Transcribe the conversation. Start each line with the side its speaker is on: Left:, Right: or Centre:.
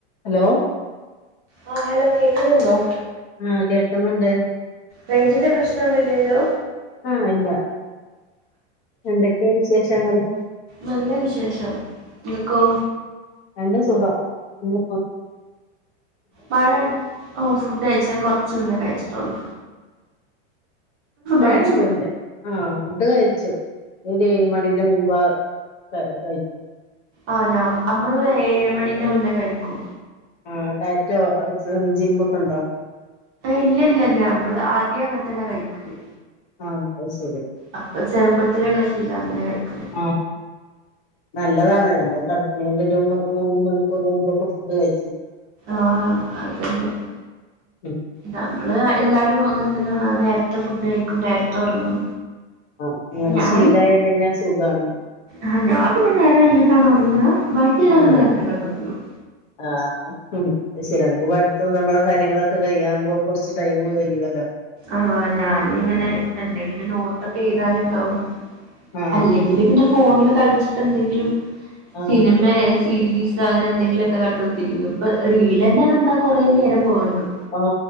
Left: Hello
Right: ആഹ hello കേക്കുന്നുണ്ടോ
Left: ആഹ കേൾക്കുന്നുണ്ട്.
Right: റേഞ്ചിന്റെ പ്രശ്നമൊന്നുംഇല്ലല്ലോ
Left: ആഹ ഇല്ല. എന്തൊക്കെയ വിശേഷങ്ങള്
Right: നല്ല വിശേഷം നിങ്ങക്കോ?
Left: നല്ല സുഖം ഇങ്ങനെ പോണ്.
Right: മഴ ഓ ഫുഡ് അയച്ചു ഞാൻ കുറച്ചു മുനോ കയിച്ചിട്ടുള്ളൂ.
Left: മഴയൊന്നുമല്ല
Right: കഴിച്ചോ
Left: ആഹ ഫുഡ് കഴിച്ചു. ഒരു ഏഴ് മണിന്റെ മുമ്പ് ക കഴി
Right: ആ ഞാ നമ്മള ഏഴുമണീന്റെ മുന്നേ കഴിക്കൂ.
Left: ആഹ ടാറ്റോ ജിമ്മ ഒക്കെ ഉണ്ടോ?
Right: ഇല്ല ഇല്ല നമ്മള് ആദ്യം അങ്ങനത്തന്നെ കഴിക്കല്.
Left: ആഹ എന്നാ ശരി.
Right: അപ്പൊ ചെറുപ്പത്തിലുള്ള ശീലം അങ്ങനെ കഴിക്കണോ.
Left: ആഹ് നല്ലതാണ് നമ്മ കിടണേന്റെ ഒരു മൂന്ന് മണിക്കൂർ മുമ്പൊക്കെ ഫുഡ് കഴി
Right: ആഹ അതന്നെ
Left: ഉം
Right: നമ്മള് എല്ലാരും അങ്ങതെ നേരത്തെ ഫുഡ് ക ഉം നേരത്തെ ഉറങ്ങു
Left: ആഹ് അങ്ങനെ
Right: ഞാന്.
Left: ശീലായ പിന്നെ സുഖാണ്
Right: ആ ഞാൻ പിന്നെ നേരം വൈകിട്ടാണ് ഉറങ്ങുക. ബാക്കി എല്ലരും
Left: ആഹ്
Right: നേരത്തെ കിടന്നുറങ്ങും.
Left: ആഹ് ഉം ശരി നമുക്ക് പഠിത്തം. നമ്മെളെ കാര്യങ്ങളൊക്കെ കഴിയുമ്പോ കൊറച്ച് ടൈം കഴ്യുവല്ലോ?
Right: ആഹ ഞാന് ഇങ്ങനെ എന്തെങ്കിലും നോട്ടൊക്കെ എഴുതാനുണ്ടാവും.
Left: ആഹ്
Right: അല്ലെങ്കില് പിന്നെ ഫോണില് കളിച്ചിട്ട് എന്തെങ്കിലും.
Left: ആ
Right: സിനിമ സീരീസോ അങ്ങനെ എന്തെങ്കിലുമൊക്കെ കണ്ടൊത്തിരിക്കും. ഇപ്പൊ റീൽന്നെ കണ്ടാ കുറേ നേരം പോവല്ലോ
Left: ആഹ